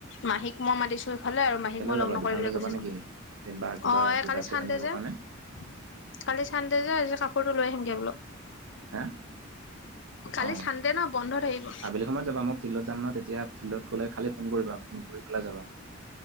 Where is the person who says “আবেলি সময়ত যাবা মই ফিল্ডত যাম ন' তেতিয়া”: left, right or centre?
Right